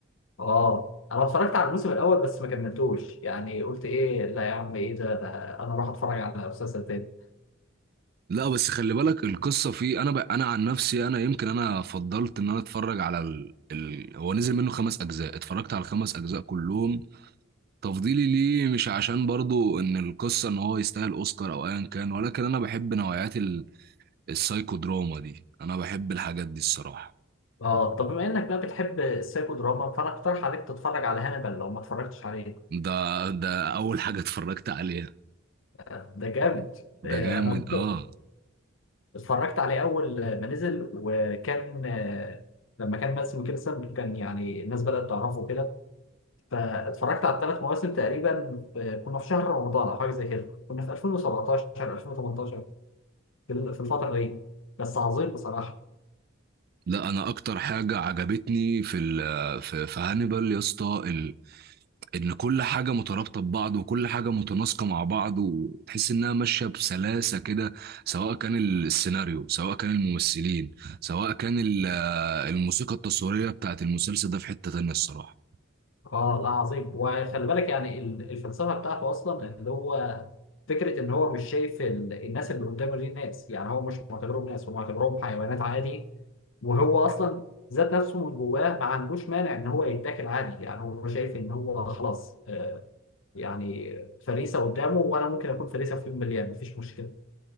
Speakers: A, on the left; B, on the right.
A: اه انا اتفرجت على الموسم الاول بس ما كملتوش يعني قلت ايه لا يا عم ايه ده انا أنا اروح اتفرج على مسلسل تاني
B: لا بس خلي بالك القصه فيه انا ب... انا عن نفسي انا يمكن انا فضلت ان انا اتفرج على ال... ال... هو نزل منه خمس اجزاء اتفرجت على الخمس اجزاء كلهم تفضيلي ليه مش عشان برضه ان القصه ان هو يستاهل اوسكار او ايا كان ولكن انا بحب نوعيات ال... السايكو دراما دي انا بحب الحاجات دي الصراحه
A: اه طب بما انك بقى بتحب السايكو دراما فانا اقترح عليك تتفرج على هانيبال لو ما اتفرجتش عليه
B: ده ده اول حاجه اتفرجت عليها
A: آه، ده جامد آه،
B: ده جامد
A: انا
B: اه
A: اتفرجت عليه اول ما نزل وكان آه، لما كان ماسم كيرسون كان يعني الناس بدأت تعرفه كده فاتفرجت على الثلاث مواسم تقريبا آه، كنا في شهر رمضان او حاجه زي كده كنا في 2017 2018 في ال- في الفتره دي بس عظيم بصراحه
B: لا انا اكتر حاجه عجبتني في ال- في في هانيبال يا اسطى ال- ان كل حاجه مترابطه ببعض وكل حاجه متناسقه مع بعض وتحس انها ماشيه بسلاسه كده سواء كان السيناريو سواء كان الممثلين سواء كان ال- الموسيقى التصويريه بتاعت المسلسل ده في حته تانيه الصراحه
A: اه لا عظيم وخلي بالك يعني ال- الفلسفه بتاعته اصلا اللي هو فكره ان هو مش شايف ال- الناس اللي قدامه دي ناس يعني هو مش معتبرهم ناس هو معتبرهم حيوانات عادي وهو اصلا ذات نفسه من جواه ما عندوش مانع ان هو يتاكل عادي يعني هو شايف ان هو خلاص آه، يعني فريسه قدامه وانا ممكن اكون فريسه في يوم من الايام مفيش مشكله